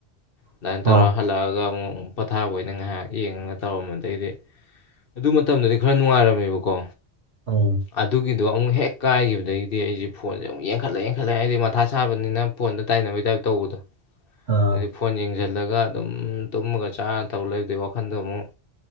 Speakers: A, on the left (about 60°); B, on the right (about 80°).
A: ꯑꯗꯨꯃꯥꯏꯅ ꯇꯧꯔ
B: ꯑꯥ
A: ꯍꯜꯂꯛꯑꯒ ꯑꯃꯨꯛ ꯄꯣꯊꯥꯕ ꯑꯣꯏꯅ ꯉꯥꯏꯍꯥꯛ ꯌꯦꯡꯉꯒ ꯇꯧꯔꯝꯕꯗꯩꯗꯤ ꯑꯗꯨ ꯃꯇꯝꯗꯗꯤ ꯈꯔ ꯅꯨꯡꯉꯥꯏꯔꯝꯃꯦꯕꯀꯣ
B: ꯎꯝ
A: ꯑꯗꯨꯒꯤꯗꯣ ꯑꯃꯨꯛ ꯍꯦꯛ ꯀꯥꯏꯈꯤꯕꯗꯒꯤꯗꯤ ꯑꯩꯁꯦ ꯐꯣꯟꯁꯦ ꯑꯃꯨꯛ ꯌꯦꯡꯈꯠꯂꯛꯑꯦ ꯈꯜꯂꯦ ꯑꯩꯗꯤ ꯃꯊꯥ ꯁꯥꯕꯅꯤꯅ ꯐꯣꯟꯗ ꯇꯥꯏꯅꯕꯒꯤ ꯇꯥꯏꯞ ꯇꯧꯕꯗꯣ
B: ꯑꯥ
A: ꯑꯗꯨꯩ ꯐꯣꯟ ꯌꯦꯡꯁꯤꯜꯂꯒ ꯑꯗꯨꯝ ꯇꯨꯝꯃꯒ ꯆꯥꯔ ꯇꯧꯔ ꯂꯩꯕꯩ ꯋꯥꯈꯟꯗꯣ ꯑꯃꯨꯛ